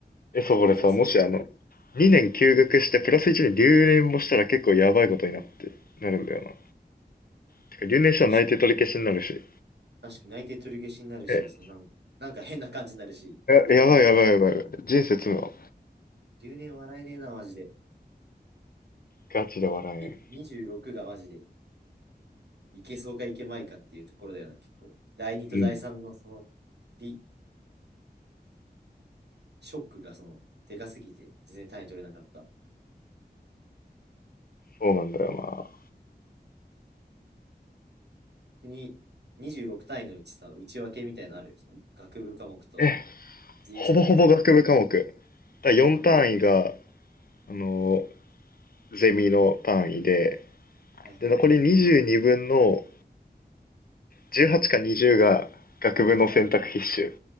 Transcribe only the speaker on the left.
そえ、そう、これさ、
もしあの、2年休学してプラス1年留年もしたら結構やばいことになって、なるんだよな。てか、留年したら内定取り消しになるし。
え、
や、やばいやばいやばいやばい。人生詰むわ。
ガチで笑
えん。うん。
そうなんだよ
な。え、
ほぼほぼ学部科目。だ4単位が、
あのゼミの単位で、
で、残り22分の18か20が学部の選択必修。